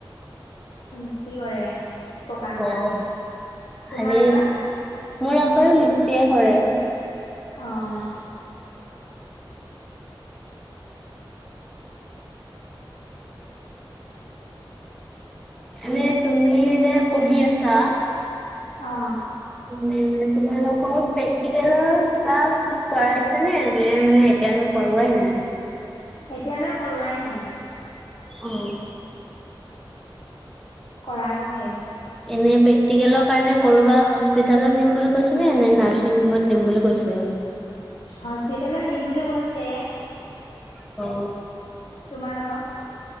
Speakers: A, on the left; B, in the centre.
A: ি কৰে পকা
B: অ
A: মিস্ত্ৰী
B: ভালেই
A: তোমাৰ বা
B: মোৰ আব্বায়ো মিস্তিয়ীয়ে কৰে
A: অঁ
B: এানে তুমি যে পঢ়ি আছা
A: অ
B: ম তোমালোকৰ প্ৰেক্টিকেলৰ কিবা শিক কৰাইছে নে নে মানে এতিয়ালৈ কৰোৱাই নাই
A: এতিয়ালৈ কৰোৱাই নাই
B: অ
A: কৰা বহে
B: এনে প্ৰেক্টিকেলৰ কাৰণে ক'ৰবা হস্পিিতেলত নিম বুলি কৈছে নে নে নাৰ্ছিং হোমত নিম বুলি কৈছে
A: হস্পিটেলত নিম বুলি কৈছে
B: অ
A: তোমালোকৰ